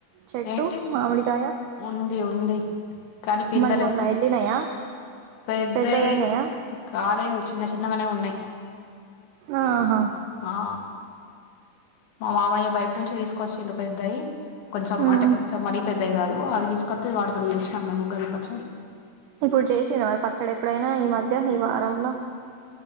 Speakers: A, on the right; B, on the left.
A: చెట్టు
B: ఏంటి
A: మామిడికాయ
B: ఉంది ఉంది కానీ పిందలే
A: మరి మొన్న
B: ఉన్నాయి
A: వెళ్ళినాయా
B: పెద్దవి
A: పెద్దగాయినాయా
B: కాలేదు చిన్న చిన్నగానే ఉన్నాయి
A: ఆహా
B: ఆ మా మామయ్య బయట నుంచి తీసుకొచ్చిండు పెద్దయి. కొంచెం
A: ఉమ్.
B: అంటే కొంచెం మరీ పెద్దయి కాదు అవి తీసుకొత్తే వాటితో చేసినాం మేము ఉగాది పచ్చడి.
A: ఇప్పుడు చేసిన మరి పచ్చడి ఎప్పుడైనా ఈ మధ్య ఈ వారంలో